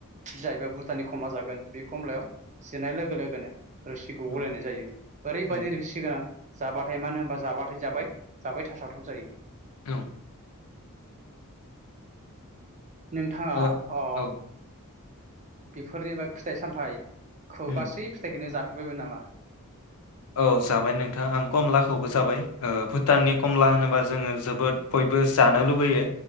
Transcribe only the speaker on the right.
जाहबाय भुटाननि खमला जागोन बे खमलायाव सिरनाय लोगो लोगोनो रोसि गबोलायनाय
जायो। ओरै
बादि रोसि गोन जाबाथाय मानो होनबा जाबाथाय जाबाय जाबाय थाथावथाव जायो।
नोंथाङा
अ
बेफोरनिबाय फिथाइ-सामथाइ खौ
गासै फिथाइखोनो जा थाबायबो नामा